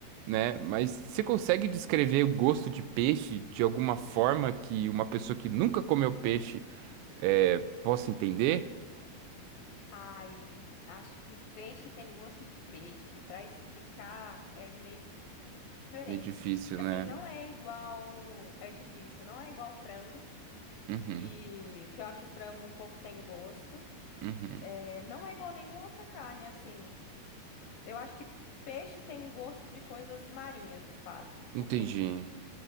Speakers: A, on the right; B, on the left.
A: né? Mas
B: Uhum.
A: você consegue descrever o gosto de peixe de alguma forma que uma pessoa que nunca comeu peixe é, possa entender?
B: Ai, acho que peixe tem gosto de peixe. Para explicar é meio di- diferente.
A: É difícil,
B: Porque
A: né?
B: assim, não é igual, é difícil, não é igual frango.
A: Uhum,
B: que, que eu acho o frango um pouco sem gosto.
A: uhum.
B: É, não é igual nenhuma outra carne, assim. Eu acho que peixe tem gosto de coisas marinhas, de fato.
A: Entendi.
B: Porque